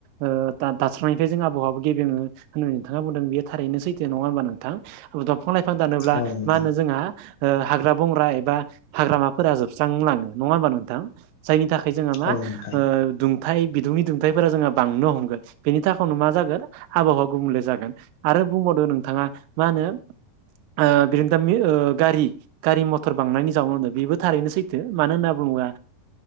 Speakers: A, on the right; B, on the left.
A: ओ दा दास्रांनायनिफ्राय जों आबहावाबो गेब्रेङो होनना नोंथाङा बुंदों बेयो थारैनो सैथो नङा होमबा नोंथां? <unintelligible> फां लाइफां दानोब्ला
B: औ नोंथां
A: मा होनो जोंहा ओ हाग्रा बंग्रा एबा हाग्रामाफोरा जोबस्रांलाङो नङा हबा नोंथां? जायनि थाखा य जोंहा मा
B: औ नोंथां
A: ओ दुंथाइ बिदुंनि दुंथाइफोरा जोंहा बांनो हमगोन। बेनि थाखावनो मा जागोन आबहावा गुबुंले जागोन आरो बुंबावदों नोंथाङा मा होनो ओ बिरोंदामि ओ गारि गारि मथर बांनायनि जाउनावनो बेबो थारैनो सैथो मानो होनना बु <unintelligible> ओ